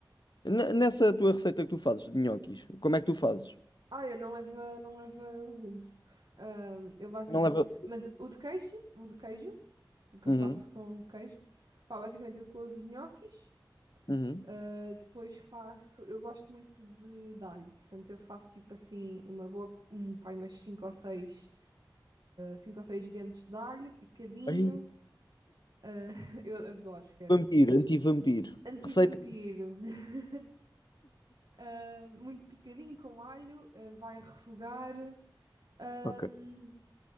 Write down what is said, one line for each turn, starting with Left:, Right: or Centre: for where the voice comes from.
Left: N- nessa tua receita que tu fazes de nhoquis, como é que tu fazes?
Right: Ah, eu não levo, não levo legumes. Ahm, eu basicamente.
Left: Não leva.
Right: Mas o de queijo, o de queijo, o que
Left: Uhum,
Right: eu faço com queijo, pá, basicamente eu cozo os nhoquis,
Left: uhum.
Right: ah, depois faço. Eu gosto muito de, de alho, portanto eu faço tipo assim, uma boa. Um, pá, umas 5 ou 6. cinco ou seis dentes de alho, picadinho.
Left: Vampiro,
Right: ah, <laughs> eu adoro, esquece.
Left: anti-vampiro.
Right: Antivampiro,
Left: Receita.
Right: <laughs> ah, muito picadinho com alho, ah, vai refogar. Ahm,
Left: Ok.